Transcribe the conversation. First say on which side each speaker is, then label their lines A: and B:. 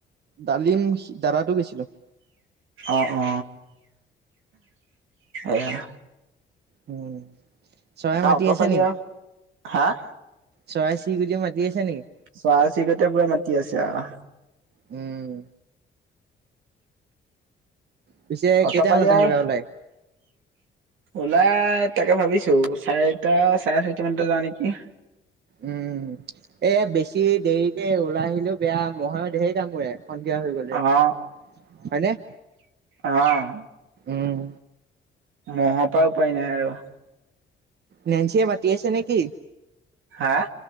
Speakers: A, on the right (about 55°); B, on the right (about 80°).
A: ডালিম দাদাটো গৈছিলোঁ।
B: অ অ এয়া।
A: উম। চৰাই
B: তা
A: মাতি
B: অত
A: আছে
B: পালি
A: নেকি?
B: আৰু। হাঁ?
A: চৰাই চিৰিকটিয়ে মাতি আছে নেকি?
B: চৰাই চিৰিকটিয়ে পুৰা মাতি আছে আহ।
A: উম। পিছে
B: অট
A: কেইটামানত
B: পালি
A: আহিবা
B: আৰু
A: ওলাই?
B: ওলাই তাকে ভাবিছোঁ চাৰিটা চাৰে চাৰিটা মানতে যাওঁ নেকি?
A: উম। এ বেছি দেৰিকে ওলাই আহিলেও বেয়া মহয়ো ঢেৰ কামোৰে, সন্ধিয়া হৈ গ'লে
B: অ
A: হয়নে?
B: অ অ
A: উম।
B: মহৰ পৰা উপায় নাই আৰু।
A: নেন্ঞ্চিয়ে মাতি আছে নেকি?
B: হা?